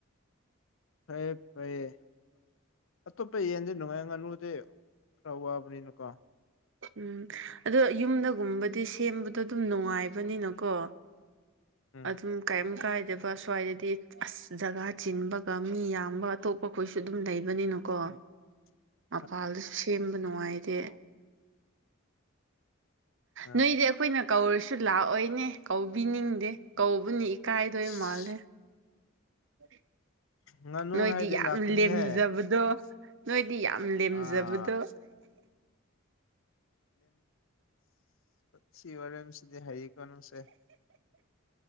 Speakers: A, on the left; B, on the right.
A: ꯐꯌꯦꯦ ꯐꯔꯌꯦꯦ ꯑꯇꯣꯞꯄ ꯌꯦꯟꯗꯤ ꯅꯨꯡꯉꯥꯏ ꯉꯥꯅꯨꯗꯤ ꯈꯔ ꯋꯥꯕꯅꯤꯅꯀꯣ
B: ꯎꯝ ꯑꯗꯣ ꯌꯨꯝꯗꯒꯨꯝꯕꯗꯤ ꯁꯦꯝꯕꯗꯣ ꯑꯗꯨꯝ ꯅꯨꯡꯉꯥꯏꯕꯅꯤꯅꯀꯣ
A: ꯎꯝ
B: ꯑꯗꯨꯝ ꯀꯩꯝ ꯀꯥꯏꯗꯦ ꯁ꯭ꯋꯥꯏꯗꯗꯤ ꯑꯁ ꯖꯒꯥ ꯆꯤꯟꯕꯒ ꯃꯤ ꯌꯥꯝꯕ ꯑꯇꯣꯞꯄꯈꯣꯏꯁꯨ ꯑꯗꯨꯝ ꯂꯩꯕꯅꯤꯅꯀꯣ
A: <unintelligible>
B: ꯃꯄꯥꯜꯗꯁꯨ ꯁꯦꯝꯕ ꯅꯨꯡꯉꯥꯏꯇꯦ
A: ꯃꯥꯅꯦ
B: ꯅꯣꯏꯗꯤ ꯑꯩꯈꯣꯏꯅ ꯀꯧꯔꯁꯨ ꯂꯥꯛꯑꯣꯏꯅꯦ ꯀꯧꯕꯤꯅꯤꯡꯗꯦ ꯀꯧꯕꯅꯤ ꯏꯀꯥꯏꯗꯣꯏ
A: ꯑꯁ
B: ꯃꯥꯜꯂꯦ ꯎ
A: ꯉꯥꯅꯨ
B: ꯅꯣꯏꯗꯤ
A: ꯍꯥꯏꯔꯗꯤ
B: ꯌꯥꯝ
A: ꯂꯥꯛꯀꯅꯤꯍꯦ
B: ꯂꯦꯝꯖꯕꯗꯣ ꯅꯣꯏꯗꯤ ꯌꯥꯝ ꯂꯦꯝꯖꯕꯗꯣ
A: ꯑꯥ ꯁꯤ ꯋꯥꯔꯦꯝꯁꯤꯗꯤ ꯍꯌꯦꯀꯣ ꯅꯪꯁꯦ